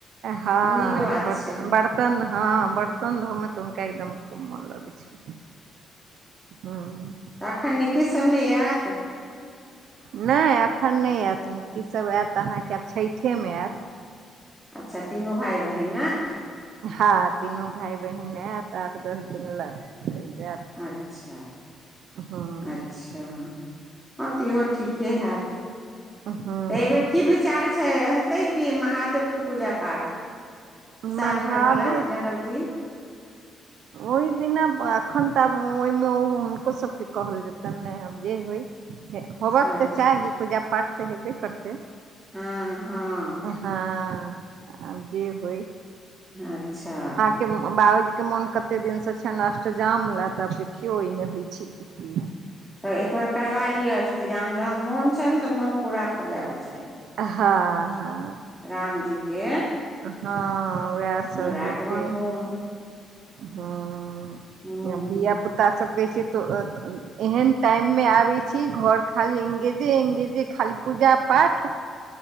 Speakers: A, on the right (about 75°); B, in the centre.
A: हँ
B: नीक बात छै
A: बर्तन हँ बर्तन धो मे तऽ हुनका एकदम खूब मोन लगै छै ह <inaudible>
B: अखन निक्की सब न आयत
A: न एखन न आयत निक्कीक सभ आयत अहाँके आब छैठ मे आयत
B: अच्छ तीनो भाय बहिन न
A: हँ तीनू भााय बहिन आयत आठ दस दिन ल भेर जाइत
B: अच्छ
A: हँ
B: अच्छ हँ तऽ इहो ठीके हैत <unintelligible>
A: हँ
B: तऽ एहि बेेर की विचार छै हेतै क महादेव के पूजा पाठ <unintelligible> साल
A: महादेव
B: भर बला जन्म दिन
A: ओहि दिना एखन तऽ आब ओहिमे ओ हुनको सभके कहल जेतन ने आब जे होइ होबाक
B: अच्छा
A: तऽ चाही पूजा पाठ तऽ हेबे करतै
B: हँ हँ
A: हँ आब जे होइ
B: अच्छा
A: के बाबूजी के मोन कते दिनसँ छेन अष्टजाम लए तऽआब देखियौ एहिमे होइ छै की की
B: तब एक बेेर करबा लिय अष्टजाम जहन मोन छैन त मोन पूरा भ जायके चाही
A: हँ हँ
B: रामजी के
A: हँ उएह
B: एकबेर
A: सब
B: आगमन
A: हेतै
B: होन
A: हैं
B: हूँ
A: धियापुता सब कैसे तो एहेन टाइम मे आबे छी घर खाली इंगेजे इंगेजे खाली पूजा पाठ